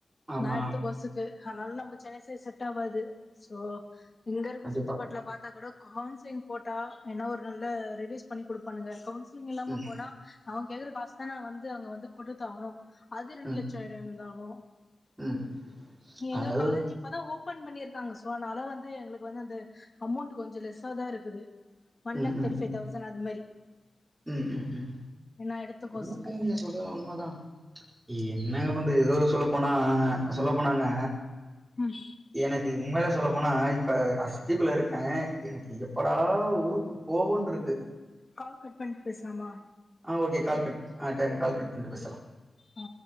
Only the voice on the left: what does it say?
நா எடுத்த கொசுக்கு அத்னால நம்ப சென்னை சைட் செட் ஆவாது சோ இங்கர்க
சுத்து பட்ல பாத் தகுட கோவன்ஸ்லிங் போட்டா என்ன ஒரு நல்ல ரெடுஸ் பண்ணி கொடுப்பானுக கவுன்ஸ் ஸ்லிங் இல்லாம
போன்னா அவுங் கேக்குற காஸ்தா நா வந்து அங்க வந்து குடுத்தோ ஆகணு அது ரெண்டு
லெட்சோ வேற இதாகு
எங்க
காலேஜ் இப்பதா ஓப்பன் பண்ணிருக் னாங்க சோ னால வந்து எங்ளுக்கு வந்து அந்த அமௌண்ட் கொஞ்சம் லெஸ்ஸாதா இருக்குது ஒன்
லேக்
தேர்ட்டி ஃபைவ் தௌசண்ட் அது மாரி
நா எடுத்த கோர்ஸுக்கு
ம்
கால் கட் பண்ட்டு பேஸ்லாமா
அ